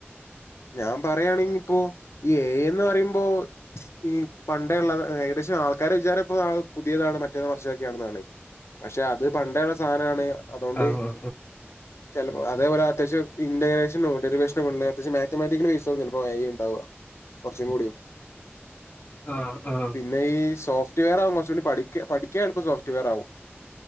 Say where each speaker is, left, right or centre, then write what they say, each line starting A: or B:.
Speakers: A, on the left; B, on the left.
A: ഞാൻ പറയാണെങ്കി ഇപ്പോ ഈ എ. ഐന്നു പറയുമ്പോ മം പണ്ടേ ഉള്ള ഏകദേശം ആൾക്കാരുടെ വിചാരം ഇപ്പോ പുതിയതാണ് മറ്റേ മറചെക്കെയാണെന്നാണ്. പക്ഷെ അത് പണ്ടേള്ള സാനാണ്. അതുകൊണ്ട്
B: ആ ആ
A: ചെല അതേപോലെ അത്യാവശ്യം ഇൻ്ററഗ്രേഷനും ഡെറിവേഷനും ഉള്ള അത്യാവശ്യം മാ മാത്തമാറ്റിക്കലി ബേസാവുംചിലപ്പോ <unintelligible> ഉണ്ടാവ കുറച്ചും കൂടി
B: ആഹ് ആഹ്
A: പിന്നെ ഈ സോഫ്റ്റ്വെവെയർവും കൊറച്ചുകൂടി പഠിക്ക പഠിക്കാ എളപ്പം സോഫ്റ്റ്വെയർ ആകും